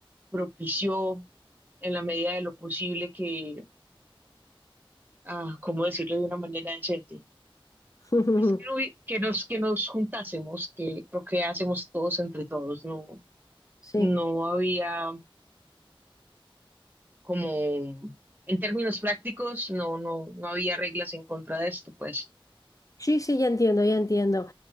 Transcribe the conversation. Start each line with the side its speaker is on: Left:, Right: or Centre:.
Right: propició en la medida de lo posible que, ah, ¿cómo decirlo de una manera decente?
Left: <laughs>
Right: Es Que, no hubi- que nos, que nos juntásemos, que procreásemos todos entre todos, no,
Left: Sí.
Right: no había como en términos prácticos no, no, no había reglas en contra de esto, pues.
Left: Sí, sí, ya entiendo, ya entiendo.